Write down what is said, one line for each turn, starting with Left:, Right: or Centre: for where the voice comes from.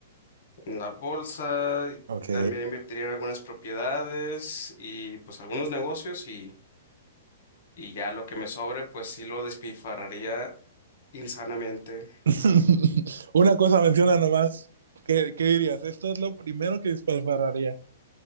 Left: en la bolsa, y
Right: ok.
Left: también invertiría en algunas propiedades y pues algunos negocios y, y ya lo que me sobre, pues sí lo despifarraría insanamente.
Right: <laughs> Una cosa menciona nomás. ¿Qué, qué dirías? Esto es lo primero que dispararía.